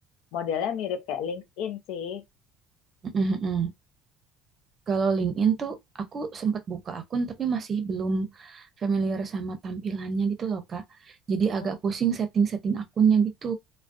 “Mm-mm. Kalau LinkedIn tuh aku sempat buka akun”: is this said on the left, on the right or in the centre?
Right